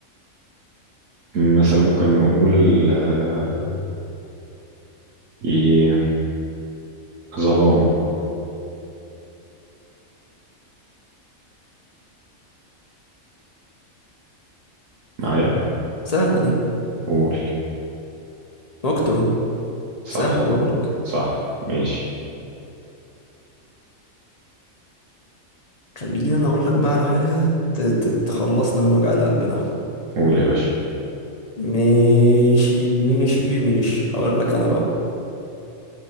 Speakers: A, on the right; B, on the left.
A: مثلا ممكن نقول آه. ايه ظلام معايا
B: سهلة دي
A: قول
B: نوكتورن
A: صح
B: سهلة بقول لك
A: صح ماشي
B: خليني أنا أقول لك بقى على حاجة ت- ت- تخلصنا من وجع القلب ده
A: قول يا باشا
B: ماشي ماشي ماشي هقول لك أنا بقى